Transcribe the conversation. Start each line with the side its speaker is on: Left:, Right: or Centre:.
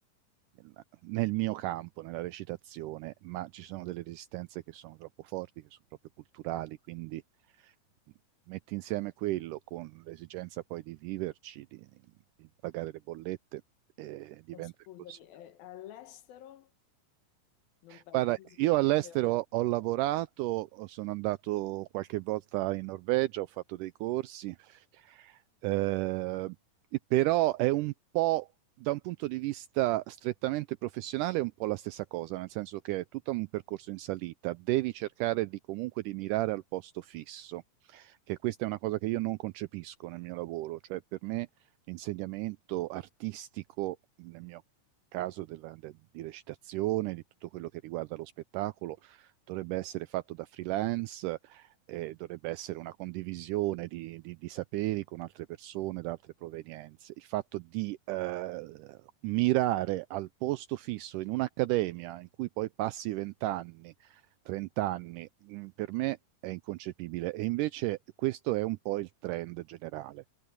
Right: nel nel mio campo, nella recitazione, ma ci sono delle resistenze che sono troppo forti, che sono proprio culturali, quindi mm, metti insieme quello con l'esigenza poi di viverci, di, di pagare le bollette, eh, diventa
Left: Ma scusami,
Right: impossibile.
Left: eh, all'estero non pensi?
Right: Guarda,
Left: si
Right: io
Left: possa
Right: all'estero
Left: dire-
Right: ho lavorato, sono andato qualche volta in Norvegia, ho fatto dei corsi, eh, però è un po', da un punto di vista strettamente professionale, è un po' la stessa cosa, nel senso che è tutto un percorso in salita, devi cercare di comunque di mirare al posto fisso, che questa è una cosa che io non concepisco nel mio lavoro, cioè per me l'insegnamento artistico, nel mio caso della- de- di recitazione, di tutto quello che riguarda lo spettacolo, dovrebbe essere fatto da freelance, eh, dovrebbe essere una condivisione di, di- di saperi con altre persone da altre provenienze. Il fatto di eh, mirare al posto fisso in un'accademia in cui poi passi vent'anni, trent'anni, mh, per me è inconcepibile. E invece questo è un po' il trend generale.